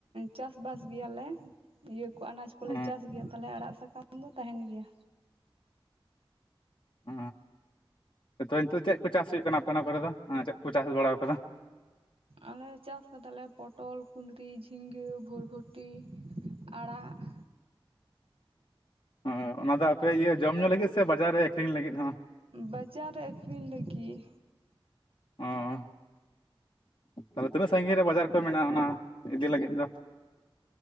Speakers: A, on the right; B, on the left.
A: ᱪᱟᱥᱵᱟᱥ ᱜᱮᱭᱟᱞᱮ ᱤᱭᱟᱹ ᱠᱚ ᱟᱱᱟᱡ ᱠᱚᱞᱮ
B: ᱚ
A: ᱪᱟᱥ ᱜᱮᱭᱟ ᱛᱟᱞᱦᱮ ᱟᱲᱟᱜ ᱥᱟᱠᱟᱢ ᱫᱚ ᱛᱟᱦᱮᱱ ᱜᱮᱭᱟ
B: ᱦ ᱱᱤᱛᱚ ᱱᱤᱛᱚᱜ ᱪᱮᱫ ᱠᱚ ᱪᱟᱥ ᱦᱩᱭᱩᱜ ᱠᱟᱱᱟ ᱟᱯᱮ ᱚᱱᱟ ᱠᱚᱨᱮ ᱫᱚ ᱪᱮᱫ ᱠᱚ ᱪᱟᱥ ᱵᱟᱲᱟ ᱟᱠᱟᱫᱟ᱾
A: ᱟᱞᱮ ᱪᱟᱥ ᱟᱠᱟᱫᱟᱞᱮ ᱯᱚᱴᱚᱞ, ᱠᱩᱸᱫᱽᱨᱤ, ᱡᱷᱤᱸᱜᱟᱹ, ᱵᱷᱚᱨᱵᱷᱚᱴᱤ, ᱟᱲᱟᱜ,
B: ᱚ ᱚᱱᱟ ᱫᱚ ᱟᱯᱮ ᱤᱭᱟᱹ ᱡᱚᱢ ᱧᱩ ᱞᱟᱹᱜᱤᱫ ᱥᱮ ᱵᱟᱡᱟᱨ ᱨᱮ ᱟᱹᱠᱷᱨᱤᱧ ᱞᱟᱹᱜᱤᱫ ᱦᱚᱸ᱾
A: ᱵᱟᱡᱟᱨ ᱨᱮ ᱟᱹᱠᱷᱨᱤᱧ ᱞᱟᱹᱜᱤᱫ᱾
B: ᱚ ᱛᱟᱦᱞᱮ ᱛᱤᱱᱟᱹᱜ ᱥᱟᱺᱜᱤᱧ ᱨᱮ ᱵᱟᱡᱟᱨ ᱠᱚ ᱢᱮᱱᱟᱜᱼᱟ᱾ ᱚᱱᱟ ᱤᱫᱤ ᱞᱟᱹᱜᱤᱫ ᱫᱚ